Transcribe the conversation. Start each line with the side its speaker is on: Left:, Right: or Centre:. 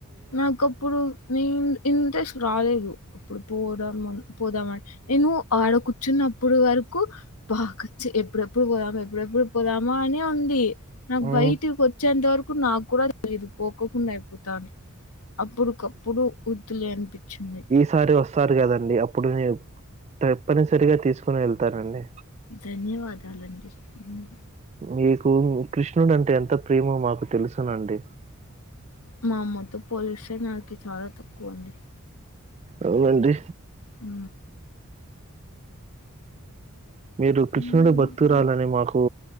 Left: నాకప్పుడు నే ఇంట్రెస్ట్ రాలేదు అప్పుడు పోదాం అని పోదామని నేను ఆడ కూర్చున్నప్పుడు వరకు బకచ్చ ఎప్పుడెప్పుడు పోదము ఎప్పుడెప్పుడు పోదామా అని ఉంది నాకు
Right: మ్మ్
Left: బయటికి వచ్చేంత వరకు నాక్కూడా తెలిదు పోకోకుండా అయిపోతా అని అప్పుడికప్పుడు వద్దులే అనిపిచింది
Right: సారి వస్తారు కదండి అప్పుడు నేను తప్పనిసరిగా తీసుకుని వెళ్తానండి
Left: ధన్యవాదాలండి ఉమ్
Right: మీకు కృష్ణుడు అంటే ఎంత ప్రేమో మాకు తెలుసునండి
Left: మా అమ్మతో పోలిస్తే నాకి చాలా తక్కువండి
Right: అవునండి
Left: ఊ
Right: మీరు కృష్ణుడి
Left: హ్మ్.
Right: బత్తురాలని మాకు.